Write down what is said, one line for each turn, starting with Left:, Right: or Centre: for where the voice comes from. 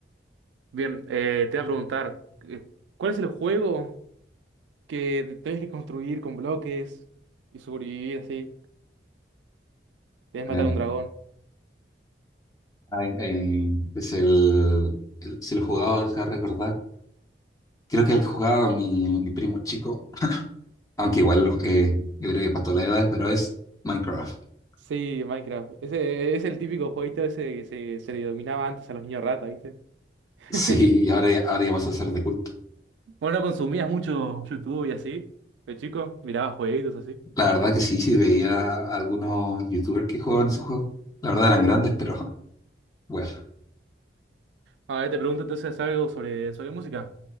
Right: Bien, eh, te voy a preguntar, eh, ¿cuál es el juego que tenés que construir con bloques y sobrevivir así? Tenés que
Left: Eh,
Right: matar a un dragón.
Left: ay, eh, es el, el- si lo jugaba, deja de recordar. Creo que el que jugaba mi, mi primo chico, aunque igual lo- eh, yo creo que para todas las edades, pero es Minecraft. <laughs>
Right: Sí, Minecraft. Ese es el típico jueguito ese que se, se le dominaba antes a los niños rata, ¿viste? <laughs>
Left: Sí, ahora, ya- ahora ya vas a ser de culto.
Right: Bueno, consumías mucho YouTube y así, de chico, mirabas jueguitos así.
Left: La verdad que sí, sí veía algunos youtubers que jugaban ese juego. La verdad eran grandes, pero <laughs> bueno.
Right: A ver, te pregunto entonces algo sobre, sobre música.